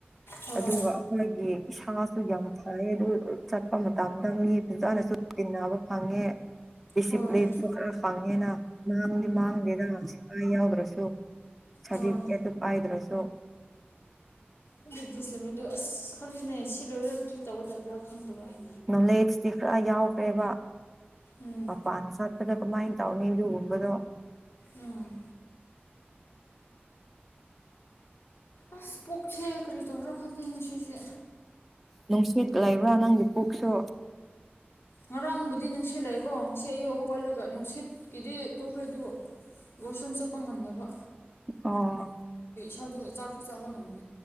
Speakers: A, on the left; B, in the centre.
A: ꯍꯣꯏ
B: ꯑꯗꯨꯒ ꯑꯩꯈꯣꯏꯒꯤ ꯏꯁꯥꯁꯨ ꯌꯥꯝ ꯐꯥꯏ ꯑꯗꯨ ꯆꯠꯄ ꯃꯇꯝꯗ ꯃꯤ ꯐꯖꯥꯅꯁꯨ ꯇꯤꯟꯅꯕ ꯐꯪꯉꯦ ꯗꯤꯁꯤꯄ꯭ꯂꯤꯟꯁꯨ
A: ꯍꯣꯏ
B: ꯈꯔ ꯐꯪꯉꯦꯅ ꯃꯥꯡꯗꯤ ꯃꯥꯡꯗꯦꯗ ꯁꯤꯐꯥꯏ ꯌꯥꯎꯗ꯭ꯔꯁꯨ ꯁꯥꯔꯇꯤꯐꯤꯀꯦꯠꯇꯨ
A: ꯍꯣꯏ
B: ꯄꯥꯏꯗ꯭ꯔꯁꯨ
A: ꯑꯗꯨꯗꯤ ꯆꯨꯝꯃꯤꯗꯨ ꯑꯁ ꯈꯪꯗꯦꯅꯦ ꯁꯤ ꯂꯣꯏꯔ ꯀꯔꯤ ꯇꯧꯒꯗꯕ꯭ꯔꯥ ꯈꯪꯗꯕꯥ ꯑꯩ
B: ꯅꯣꯂꯦꯖꯇꯤ ꯈꯔ ꯌꯥꯎꯈ꯭ꯔꯦꯕ
A: ꯎꯝ
B: ꯃꯄꯥꯟ ꯆꯠꯄꯗ ꯀꯃꯥꯏꯟ ꯇꯧꯅꯤ ꯑꯗꯨꯒꯨꯝꯕꯗꫭ
A: ꯎꯝ ꯑꯁ ꯄꯣꯛꯆꯦ ꯀꯔꯤ ꯇꯧꯕꯔꯥ ꯈꯪꯗ‌ꯦ ꯉꯁꯤꯁ‌ꯦ
B: ꯅꯨꯡꯁꯤꯠ ꯂꯩꯕ꯭ꯔꯥ ꯅꯪꯒꯤ ꯄꯨꯛꯁꯨ
A: ꯉꯔꯥꯡꯕꯨꯗꯤ ꯅꯨꯡꯁꯤꯠꯂꯩꯀꯣ ꯉꯁꯤ ꯑꯌꯨꯛ ꯍꯧꯒꯠꯂꯒ ꯅꯨꯡꯁꯤꯠꯀꯤꯗꯤ ꯇꯣꯛꯈ꯭ꯔꯦ ꯑꯗꯨ ꯋꯥꯁꯔꯨꯝ ꯆꯠꯄ ꯉꯝꯗꯕ
B: ꯑꯣ
A: ꯆ ꯆꯥꯛꯁꯨ ꯆꯥꯕ ꯉꯝꯅꯤ